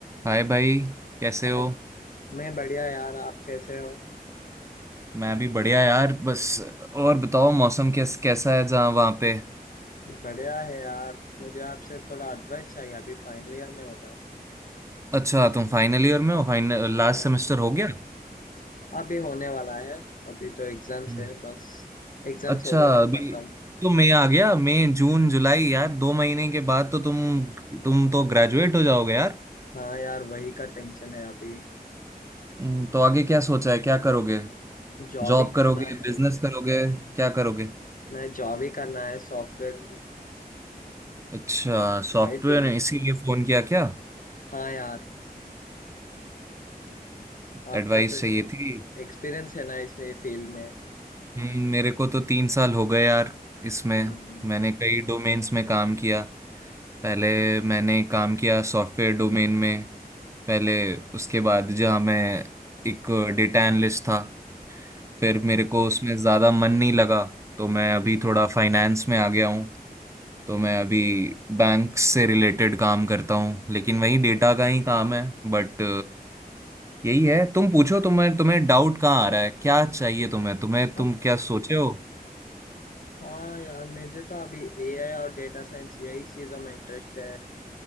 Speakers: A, on the right (about 20°); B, on the left (about 55°).
A: हाय भाई कैसे
B: आज
A: हो
B: मैं बढ़िया यार आप कैसे हो
A: मैं भी बढ़िया यार बस और बताओ मौसम कैस कैसा है जहाँ वहाँ पे
B: बढ़िया है यार मुझे आपसे थोड़ा एडवाइस चाहिए अभी फाइनल ईयर में होना
A: अच्छा तुम फाइनल ईयर में हो फाइनल लास्ट
B: अम,
A: सेमेस्टर हो गया
B: अभी होने वाला है अभी तो एग्जाम्स
A: हम्म।
B: है बस एग्जाम्स
A: अच्छा
B: हो गए तो
A: अभी
B: खत्म
A: तो मई आ गया मई जून जुलाई यार दो महीने के बाद तो तुम तुम तो ग्रेजुएट हो जाओगे यार
B: हाँ यार वही का टेंशन है अभी
A: हम्म, तो आगे क्या सोचा है क्या करोगे
B: जॉब
A: जॉब
B: ही करना
A: करोगे
B: है
A: बिजनेस करोगे क्या करोगे
B: नहीं जॉब ही करना है सॉफ्टवेयर
A: अच्छा सॉफ्टवेयर
B: भाई तुम
A: इसीलिए फोन किया क्या
B: हाँ यार आपका
A: एडवाइस
B: तो
A: चाहिए थी
B: एक्सपीरियंस है ना इस फील्ड में
A: हम्म, मेरे को तो तीन साल हो गए यार इसमें
B: हम्म
A: मैंने कई डोमेन्स में काम किया पहले मैंने काम किया सॉफ्टवेयर डोमेन में पहले उसके बाद जहाँ मैं एक डेटा एनालिस्ट था फिर
B: हाँ
A: मेरे को उसमें ज़्यादा मन नहीं लगा तो मैं अभी थोड़ा फाइनेंस में आ गया हूँ तो मैं अभी बैंक से रिलेटेड काम करता हूँ लेकिन वही डेटा का ही काम है बट यही है तुम पूछो तुम्हें तुम्हें डाउट कहाँ आ रहा है क्या चाहिए तुम्हें तुम्हें तुम
B: अब
A: क्या सोचे हो
B: हाँ यार मुझे तो अभी एआई और डेटा साइंस यही चीजों में इंटरेस्ट है